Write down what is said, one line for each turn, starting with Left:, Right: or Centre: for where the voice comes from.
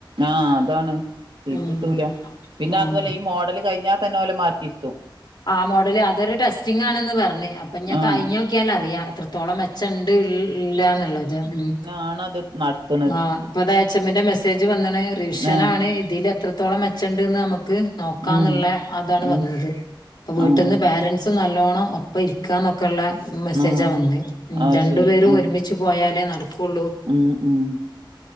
Right: ആഹ അതാണ് വീട്ടിട്ടൂല
Left: ഉം
Right: പിന്നെ
Left: ആഹ്
Right: അതുപോലെ ഈ മോഡല് കഴിഞ്ഞാൽ തന്നെ ഓലെ മാറ്റിയിരുത്തു
Left: ആ മോഡല് അതൊരു ടെസ്റ്റിംഗ ആണന്ന് പറഞ്ഞഞ് അപ്പൊ ഞാൻ
Right: ആഹ്
Left: കഴിഞ്ഞഞ് നോക്കിയാൽ അറിയത്ര ത്തോളം മെച്ച ഉണ്ട് ഇല്ലന്നുള്ളത് ഉ
Right: നത്ത
Left: ആഹ് അപ്പ അത എച്ച് എമ്മിന്റെ മെസ്സേജ് വന്നണ് റിവിഷൻ
Right: ആഹ്
Left: ആാണ് ഇതിൽ എത്രത്തോളം മെച്ചണ്ടന്ന് നമുക്ക് നോക്കാന്നുള്ള
Right: ഉം
Left: അതാണ്
Right: ഉം
Left: വന്നത് ഇപ്പ വീട്ടിൽന്ന്
Right: ആഹ്
Left: പോരൻറ്സും നല്ലോണ്ണം ഒപ്പ ഇരിക്ക ക്കാന്നൊക്കെയള്ള മെസ്സേജാ
Right: ആഹ്
Left: വന്ന
Right: അത്
Left: രണ്ടു
Right: ശരി
Left: പേരും
Right: ആഹ്
Left: ഒരുമിച്ച് പോയാലേ നടക്കുള്ളൂ
Right: ഉം ഉം